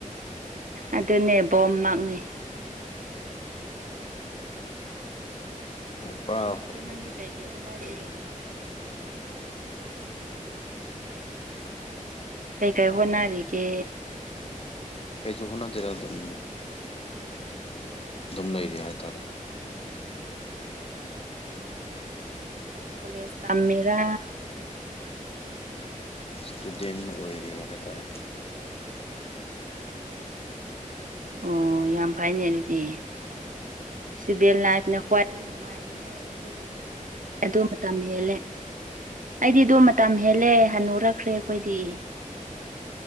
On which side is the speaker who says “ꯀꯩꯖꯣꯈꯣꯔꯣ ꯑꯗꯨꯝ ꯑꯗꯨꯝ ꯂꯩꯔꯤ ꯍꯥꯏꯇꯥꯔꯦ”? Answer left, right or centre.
Left